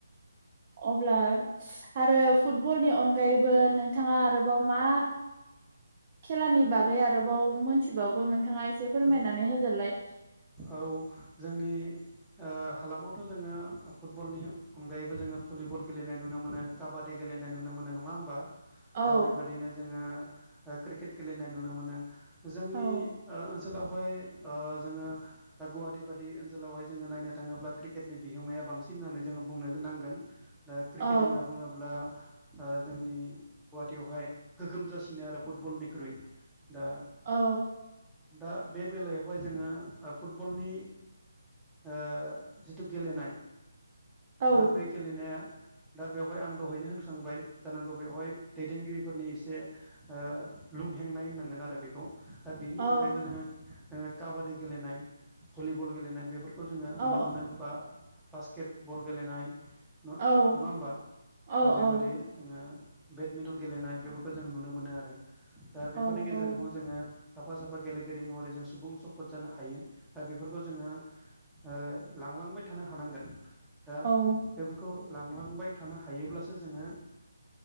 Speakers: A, on the right (about 35°); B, in the centre.
A: अब्ला आरो फुटबलनि अनगायैबो नोंथाङा आरोबाव मा खेलानि बागै आरोबाव मोनथिबावगौ नोंथाङा एसे फोरमायनानै
B: औ
A: होदोलाय।
B: औ जोंनि ओ हालामावथ' जोङो फुटबलनि अनगायैबो जोङो भलिबल गेलेनाय नुनो मोनो। काबादि गेलेनाय नुनो मोनो नङा ओमबा?
A: औ
B: दा बेबादिनो जोङो ओ क्रिकेट गेलेनाय नुनो मोनो जोंनि
A: औ
B: ओ ओनसोलावहाय ओ जोङो दा गुवाहाटिबादि ओनसोलावहाय जोङो नायनो थाङोब्ला क्रिकेटनि बिहोमाया बांसिन होननानै जोङो बुंनो नांगोन। दा क्रिकेट
A: औ
B: होनना बुङो ब्ला ओ जोंनि गुवाहाटियावहाय गोगोम जाासिनो आरो फुटबलनिख्रुइ। दा
A: औ।
B: दा बे बेलायावहाय जोङो ओ फुटबलनि ओ जिथु गेलेनाय
A: औ
B: दा बे गेलेनाया दा बेवहाय आं दहायनो होनखांबाय जानांगौ बेवहाय दैदेनगिरिफोरनि एसे ओ लुंहेंनाय होननांगोन आरो बेखौ दा बेनि
A: औ
B: अन जोंङो काबादि गेलेनाय भलिबल गेलेनाय बेफोर खौ जोङो
A: औ
B: नुनो मोनो बा बास्केट बल गेलेनाय। नङा
A: औ
B: होमबा
A: औ
B: दा
A: औ
B: बेबादि जोङो बेडमिन्टन गेलेनाय बेफोरखौ जों नुनो मोनो आरो दा बेफोरनि
A: औ
B: गेजेरजोंबो जोङो साफा सा फा गेलेगिरि महरै जों सुबुं स्फद जानो हायो दा बेफोरखौ जोङो। ओ लांलांबाय थानो हानांगोन दा
A: औ
B: बेफोरखौ लांलांबाय थानो हायोब्लासो जोङो